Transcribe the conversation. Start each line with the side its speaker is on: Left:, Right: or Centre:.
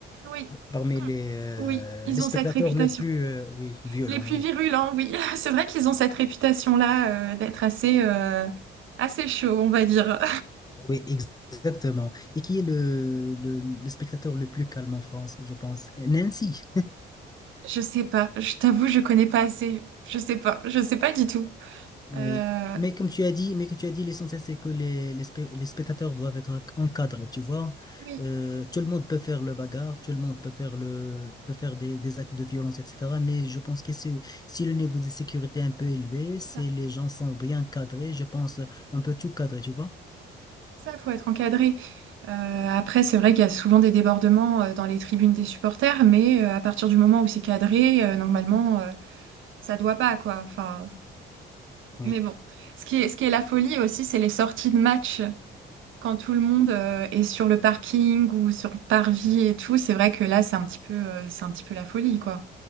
Right: Oui,
Left: parmi
Right: <clears throat>
Left: les, euh,
Right: oui, ils
Left: les spectateurs
Right: ont cette réputation.
Left: le plus, euh, oui, violents,
Right: Les plus
Left: oui.
Right: virulents, oui. <laughs> C'est vrai qu'ils ont cette réputation-là, euh, d'être assez, euh, assez chauds, on va dire.
Left: Oui, ex- exactement. Et qui est le, le, le spectateur le plus calme en France, je pense? Nancy.
Right: <laughs> Je sais pas. Je t'avoue, je connais pas assez. Je sais pas. Je sais pas du tout.
Left: Oui.
Right: Euh,
Left: Mais comme tu as dit, mais que tu as dit, l'essentiel, c'est que les, les, spe- les spectateurs doivent être encadrés, tu vois.
Right: oui,
Left: Euh, tout le monde peut faire le bagarre, tout le monde peut faire le, peut faire des, des actes de violence, etc. Mais je pense que si, si le niveau de sécurité est un peu élevé, si
Right: ça,
Left: les gens sont bien cadrés, je pense euh, on peut tout cadrer, tu vois.
Right: ça, faut être encadré. Euh, après, c'est vrai qu'il y a souvent des débordements euh, dans les tribunes des supporters, mais euh, à partir du moment où c'est cadré, euh, normalement, euh, ça doit pas, quoi. Enfin,
Left: Oui.
Right: mais bon. Ce qui est, ce qui est la folie aussi, c'est les sorties de match. Quand tout le monde euh, est sur le parking ou sur le parvis et tout, c'est vrai que là, c'est un petit peu, euh, c'est un petit peu la folie, quoi.